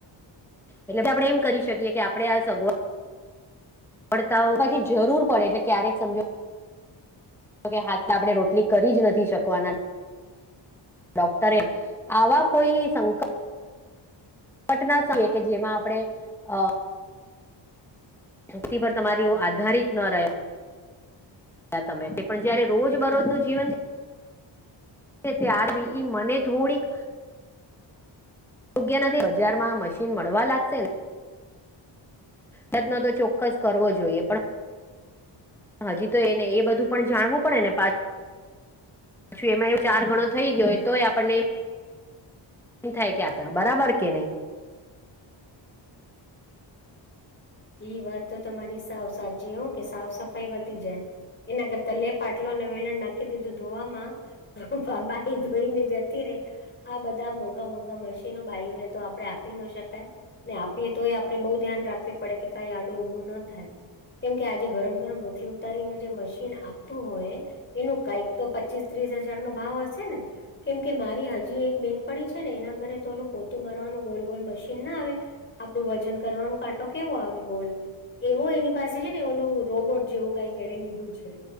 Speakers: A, in the centre; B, on the left.
A: એટલે આપણે એમ કરી શકીએ કે આપડે આ સગવા પડતા પછી જરૂર પડે એટલે ક્યારેક સમજો તો કે હાથમાં આપણે રોટલી કરી જ નથી શકવાના ડોક્ટરે આવા કોઈ સંક ઘટના સય કે જેમાં આપણે અ મુક્તિ પર તમારી એવું આધારિત ન રહ્યા તમે એ પણ જય રોજ બરોજ નું જીવન તારવી ઈ મને થોડીક યોગ્ય નથી બજાર માં મશીન મળવા લાગશે પ્રયત્ન તો ચોક્કસ કરવો જોઈએ પણ હાજી તો એને એ બધું પણ જાણવું પડે ને પછી એમાં એવ ચાર ગણો થઈ ગયોય તોય આપણને એમ થાય કે્યા હતા બરાબર કે નહી
B: એઈ વાત તો તમારી સા સાચી હો કે સાફ સફાઈ વધી જાય એના કરતા લે પાટલોને વેલણ નાખી દીધું ધોવામાં તો પામાા એ ધોઈને જતી રે આ બધા મોંઘા મોંઘા મશીનો બાાઈઓને તો આપડે આપી ન શકાય ને આપીએ તો એ આપડે બહુ ધ્યાન રાખવી પડે કે કઈ આડું ઉરું ન થાય કેમ કે આજે ગરમ ગરમ રોટલી ઉતારીને જે મશીન આપતું હોય એનું કંઈક તો પચીસ ત્રીસ હજાર નો ભાવ હશે ને કેમ કે મારી હજી એક બેનપડી છે ને એના ઘરે તો ઓલું પોતું મારવાનું ગોલ ગોલ મશીન ના આવે આપડું વજન કરવાનું કા કેવો આવે ગોલ એવો એની પાસે છે ને ઓલું રોબોટ જેવું કઈક એને લીધું છે.